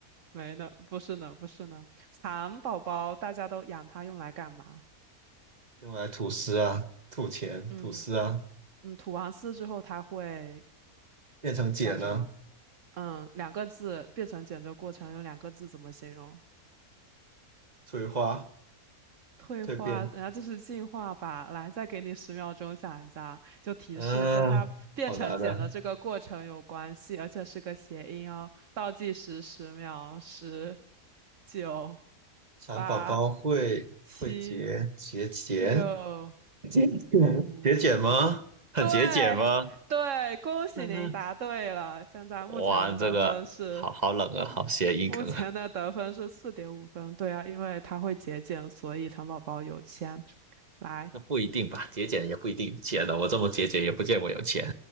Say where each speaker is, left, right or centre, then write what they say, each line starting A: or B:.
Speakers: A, on the right; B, on the right.
A: 没呢，不是呢，不是呢。蚕宝宝大家都养它用来干嘛？
B: 用来吐丝啊，吐钱，
A: 嗯
B: 吐丝啊，
A: 嗯，吐完丝之后它会
B: 变成茧呢、
A: 干什么？
B: 啊，
A: 嗯，两个字，变成简的过程用两个字怎么形容？
B: 退化、
A: 退化，
B: 蜕变。
A: 然后这是进化吧？来，再给你十秒钟想一下，就提示跟它变成茧的这个过程有关系，
B: 啊，好难的。
A: 而且是个谐音哦。倒计时十秒，十、九、
B: 蚕宝宝会会节节俭
A: 八、七、六、
B: 节俭节俭吗？
A: 五。
B: 很节俭吗？
A: 对对，恭喜您答对了。
B: 嗯哼，
A: 现在目前的得分是，
B: 哇，这个好好冷啊，
A: 我目前的得分是四点五分。
B: 好谐音梗啊。
A: 对啊，因为它会节俭，所以糖宝宝有钱。来，
B: 那不一定吧，节俭也不一定钱的。我这么节俭也不见我有钱。